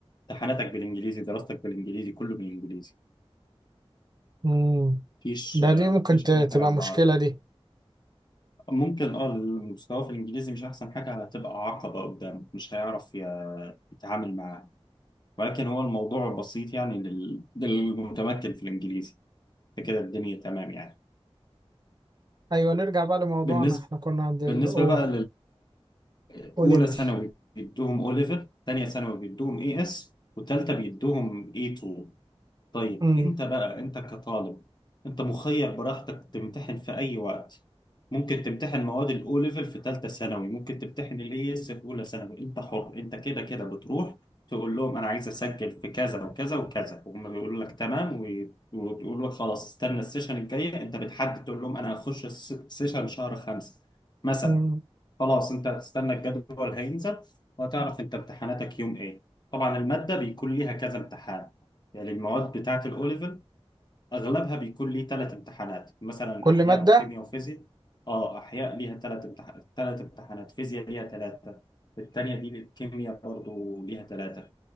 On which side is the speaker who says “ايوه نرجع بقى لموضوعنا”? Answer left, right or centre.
Right